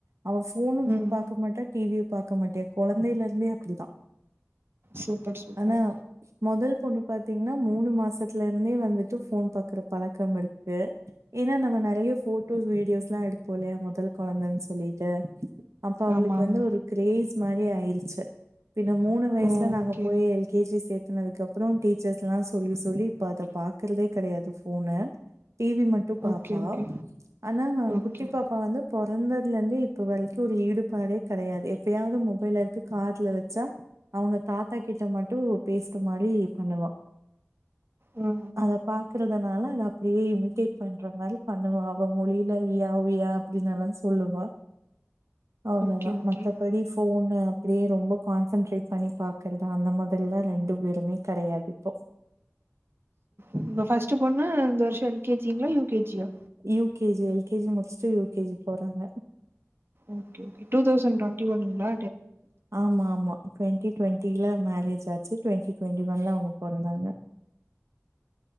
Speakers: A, on the right; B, on the right.
A: அவ ஃபோன்னு
B: ம்
A: பாக்க மாட்டா டிவியு பாக்க மாட்டியா கொழந்தைல இருந்தே அப்பிடித்தா
B: சூப்பர் சூப்பர்
A: ஆனா மொதல் பொண்ணு பாத்தீங்னா மூணு மாசத்துல இருந்தே வந்துட்டு ஃபோன் பாக்குற பழக்கம் இருக்கு ஏன்னா நம்ம நெறைய போட்டோஸ் வீடியோஸ்லா எடுப்போலியா மொதல் கொழந்தன்னு சொல்லிட்டு அப்ப அவளுக்கு
B: ஆமா ஆமா
A: வந்து ஒரு கிரேஸ் மாரி றே ஆயிருச்சு பின்ன மூணு வயிஸ்ல
B: ஓகே.
A: நாங்க போயி எல் கே ஜி சே தின்னதுக்கப்பறோ டீச்சர்ஸ்லா சொல்லி சொல்லி இப்ப அத பாக்கறதே கெடையாது ஃபோன டி வி மட்டு பாப்பா
B: ஓகே, ஓகே,
A: ஆனா
B: ஓகே.
A: குட்டி பாப்பா வந்து பொறந்ததுல இந்து இப்ப வரை ஒரு ஈடுபாடே கெடையாது எப்பயாது மொபைல் எடுத்து காத்ல வெச்சா அவுங்க தாத்தா கிட்ட மட்டு பேசுற மாரி பண்ணுவா
B: ஆ,
A: அத பாக்கறதனால ந்த அப்டேவு டீட் பண்ற மாரி பண்ணுவா அவ மொழில இயா உய்யா அப்டின்னெல்லா சொல்லுவா அவ்ளோதா
B: ஓகே, ஓகே.
A: மத்தபடி ஃபோன்னு அப்டியே ரொம்ப கான்சன்ட்ரேட் பண்ணி பாக்கறதா அந்த மாதிரிலா ரெண்டு பேருமே கெடையாது இப்போ
B: உங்க ஃபஸ்டு பொண்ணு இந்த வருஷம் எல்கேஜிங்களா யூகேஜியா
A: யூகேஜி எல்கேஜி முடிச்சுட்டு யூகேஜி போறாங்க
B: ஓகே டூ தௌசண்ட் டுவெண்டி ஒன்னுங்களா
A: ஆமா ஆமா டுவென்டி டுவெண்ட்டில மேரேஜ் ஆச்சு டவெண்டி டுவெண்டி ஒன்ல அவங்க பெறந்தாங்க